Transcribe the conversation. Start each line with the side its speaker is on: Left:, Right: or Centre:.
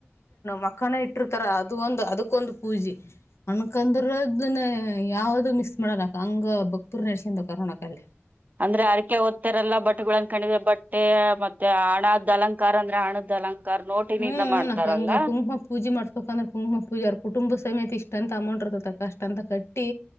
Left: ಮಕ್ಕನ ಇಟ್ಟಿರ್ತಾರ ಅದು ಒಂದು ಅದ ಅದಕ್ಕೊಂದು ಪೂಜೆ ಅಣಕಂದ್ರದನ್ನ ಯಾವ್ದ ಮಿಸ್ ಮಾಡಲ್ಲ ಹಂಗ ಭಕ್ತರು ನಸ ಕೋಣ ಕಲ್ಲೆ <unintelligible>
Right: ಅಂದ್ರೆ ಅರಕೆ ಓದ್ತ್ತರೆಲ್ಲಾ ಬಟ್ಟೆಗಳನ್ನ ಕಣಿವೆ ಬಟ್ಟೆ ಮತ್ತೆ ಹಣದ್ ಅಲಂಕಾರ ಅಂದ್ರೆ ಹಣದ ಅಲಂಕಾರ ನೋಟಿನಿಂದ
Left: ಹ್ಮ್
Right: ಮಾಡ್ತಾರಲ್ಲ
Left: ನಕ ಹಂಗ ಹುಂಗ ಪೂಜೆ ಮಾಡ್ ಯಾಕಂದ್ರೆ ಕುಂಮ ಪೂಜಾರ ಕುಟುಂಬ ಸಮೇತ ಇಷ್ಟಂತ ಅಮೌಂಟ್ ಇರ್ತ ಅಕ್ಕ ಅಷ್ಟಂತ ಕಟ್ಟಿ